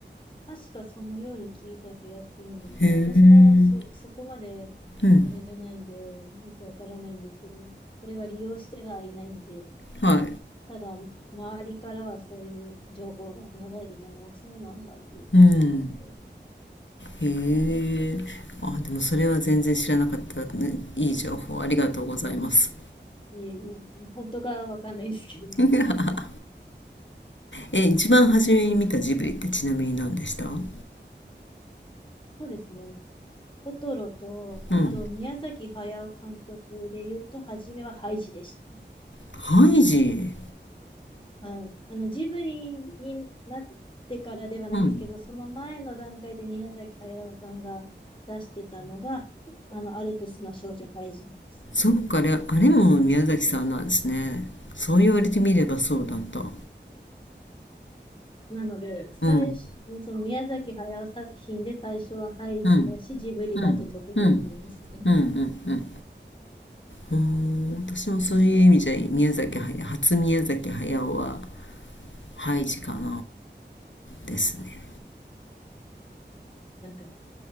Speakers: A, on the left; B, on the left.
A: 確かそのように聞いた気がするんですけど、
B: へえ
A: 私もそ、そこまで
B: うん
A: あれじゃないんで、よくわからないんですけど、それは利用してはいないので、
B: はい
A: ただ、周りからはそういう情報が流れてきたのは、そうなんだっていう感じなんですけど、
B: うんへえあでもそれは全然知らなかったねいい情報ありがとうございます
A: いえいえ、本当かわかんないんですけど、
B: <laughs> え一番初めに見たジブリってちなみに何でしたう
A: そうですね、トトロと、あと宮崎駿監督で言うと、
B: ん
A: 初めはハイジでした。
B: ハイジ
A: はい。あの、ジブリになってからではないんですけど、
B: うん
A: その前の段階で宮崎駿さんが出してたのが、あの、アルプスの少女ハイジです。
B: そっかあれ、あれも宮崎さんなんですねそう言われてみればそうだった
A: なので、最初、
B: うん
A: その宮崎駿作品で最初はハイジだし、
B: うん
A: ジブリだとトトロになりますね。
B: うん、うん、うん、うん、うん。うーん、私もそういう意味じゃ、宮崎駿、初宮崎駿は、ハイジかな、ですね。
A: なんか、